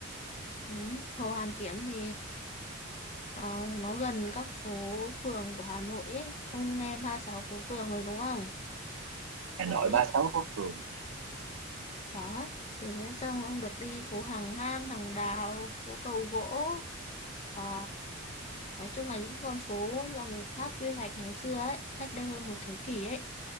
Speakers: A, on the left; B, on the right.
A: ừ. Hồ Hoàn Kiếm thì ờ, nó gần các phố phường của Hà Nội ấy. Ông nghe ba sáu phố phường rồi đúng không
B: Hà Nội
A: đấy
B: ba sáu phố phường
A: đó thì thế xong ông được đi phố Hàng Ngang Hàng Đào phố Cầu Gỗ Ờ, nói chung là những cái con phố do người Pháp quy hoạch ngày xưa ấy, cách đây hơn một thế kỷ ấy.